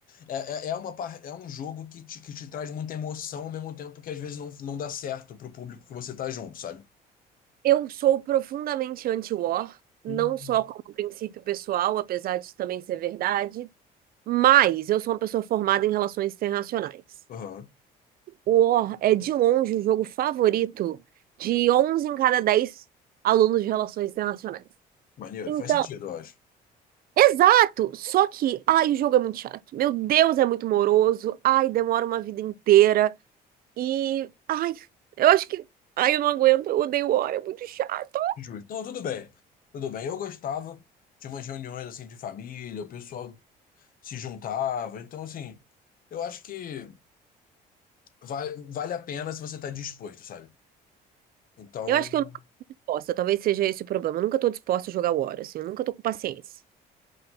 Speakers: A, on the left; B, on the right.
A: É, é, é uma, par- é um jogo que te, que te traz muita emoção ao mesmo tempo que às vezes não, não dá certo pro público que você tá junto, sabe?
B: Eu sou profundamente anti-war, não
A: Uhum.
B: só como princípio pessoal, apesar disso também ser verdade, mas eu sou uma pessoa formada em relações internacionais.
A: Aham.
B: O War é de longe o jogo favorito de 11 em cada 10 alunos de Relações Internacionais.
A: Maneiro,
B: Então,
A: faz sentido, eu acho.
B: exato! Só que, ai, o jogo é muito chato. Meu Deus, é muito moroso. Ai, demora uma vida inteira. E, ai, eu acho que. Ai, eu não aguento, eu odeio War, é muito chato.
A: Justo. Então, tudo bem. Tudo bem. Eu gostava, tinha umas reuniões assim de família, o pessoal se juntava. Então, assim, eu acho que vale, vale a pena se você tá disposto, sabe? Então,
B: Eu acho que eu nunca tô disposta, talvez seja esse o problema. Eu nunca tô disposta a jogar War, assim, eu nunca tô com paciência.